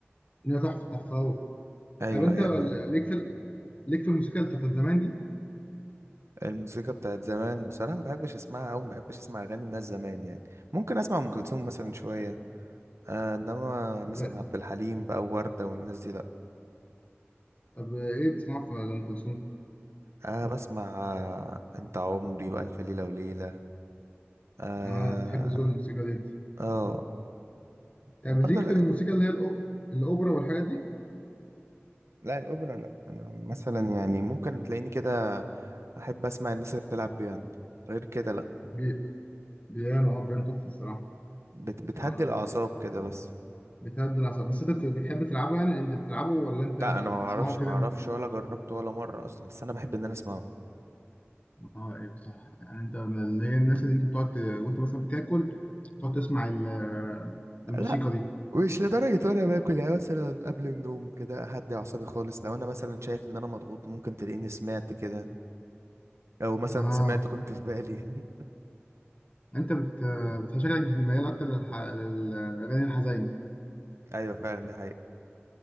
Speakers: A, on the left; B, on the right.
A: أغنية تحفة تحفة أوي
B: ايوه
A: طب أنت
B: ايوه فاهم
A: ليك في ال- ليك في الموسيقى اللي بتاعت زمان دي؟
B: الموسيقى بتاعت زمان بصراحة ما بحبش اسمعها او ما بحبش اسمع اغاني الناس زمان يعني ممكن اسمع ام كلثوم مثلا شوية آه انما مثلا
A: لا
B: عبد الحليم بقى ووردة والناس دي لا
A: طب إيه بتسمعها في أم كلثوم؟
B: آه بسمع آه انت عمري والف ليلة وليلة اه
A: آه بتحب ذوق الموسيقى دي
B: آه.
A: يعني
B: وبرضه
A: بيزيك
B: لا
A: في الموسيقى اللي هي الأو... الأوبرا والحاجات دي
B: لا الاوبرا لا انا مثلا يعني ممكن تلاقيني كده احب اسمع الناس اللي بتلعب بيانو غير كده لا
A: بي... بيانو اه بيانو تحفة الصراحة
B: بت بتهدي
A: آه،
B: الاعصاب كده بس
A: بتهدي الأعصاب بس أنت بت- بتحب تلعبه يعني أنت بتلعبه ولا أنت
B: لا انا ما اعرفش
A: بتسمعه كده
B: ما اعرفش
A: من-
B: ولا جربته ولا مره اصلا بس انا بحب ان انا اسمعه
A: اه ايه صح يعني أنت من اللي هي الناس اللي أنت بتقعد ت- وأنت مثلا بتاكل تقعد تسمع ال- الموسيقى
B: لا
A: دي
B: مش لدرجة وانا باكل يعني مثلا قبل النوم كده اهدي اعصابي خالص لو انا مثلا شايف ان انا مضغوط ممكن تلاقيني سمعت كده او مثلا
A: اه
B: سمعت كنت في بالي
A: أنت بت بت- شكلك بتميل أكتر للح... للأغاني الحزينة
B: <laughs> ايوه فعلا دي حقيقة